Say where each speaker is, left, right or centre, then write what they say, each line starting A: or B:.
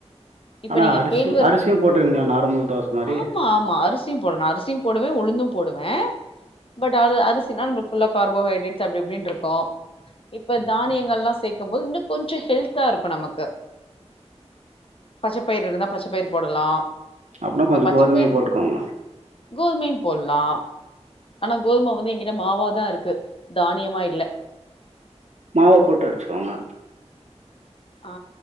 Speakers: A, on the left; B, on the right.
A: இப்ப
B: ஆனா
A: நீங்க
B: அரிசி
A: கேள்வெரகு
B: அரிசியு போட்டுருவீங்களா
A: ஆ
B: நார்மல் தோச மாரி
A: ஆமாம்மா அரிஸ் சி போடணு அரிசியு போடுவே உளுந்து போடுவே பட் அது அரிசினா நம்மளுக் குள்ள கார்போஹைட்ரேட்ஸ் அப்டி இப்டினு இருக்கு இப்ப தானியங்கள்லா சேக்கும்போது இன்னு கொஞ்ச ஹெல்த்த இருக்கு நமக்கு பச்சைப்பயிர் இருந்தா பச்ச பயிர் போடலா
B: அப்டினா
A: இப்ப
B: கொஞ்ச
A: பச்சப்பயிர்
B: கோதுமையு போட்டுக்கோங்க
A: கோதுமையு போட்லா ஆனா கோதும வந்து எங்கிட்ட மாவாதா இருக்கு தானியமா இல்ல
B: மாவ போட்டு அடிச்சுக்கோங்க
A: ஆ